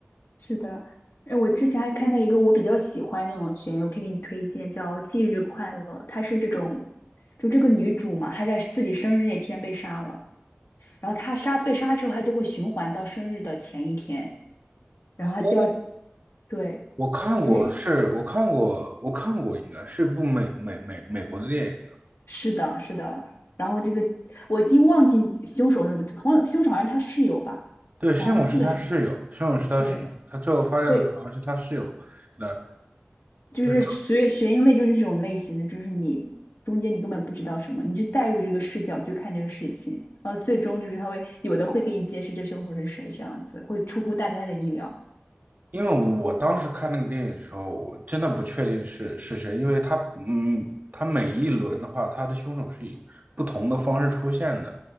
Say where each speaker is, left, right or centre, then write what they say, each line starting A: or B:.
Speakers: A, on the left; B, on the right.
A: 是的，呃我之前还看到一个我比较喜欢那种悬疑，我可以给你推荐，叫《忌日快乐》，它是这种，就这个女主嘛，她在自己生日那天被杀了。然后她杀被杀之后，她就会循环到生日的前一天，然后他就要，
B: 哦，
A: 对，
B: 我看过，
A: 就是
B: 是我看过，我看过，应该是部美美美美国的电影，
A: 是的，是的。然后这个我已经忘记凶手是不，好像凶手好像是他室友吧，
B: 对，西蒙是他室友，
A: 我好像记得是，
B: 西蒙是他室友，
A: 对
B: 他最后发现的好像是他室友给他。
A: 对，就是悬悬疑类就是这种类型的，
B: 对，
A: 就是你中间你根本不知道什么，你就带入这个视角去看这个事情，然后最终就是他会有的会给你揭示这凶手是谁，这样子会出乎大家的意料。
B: 因为我当时看那个电影的时候，我真的不确定是是谁，因为他，嗯，他每一轮的话，他的凶手是以不同的方式出现的，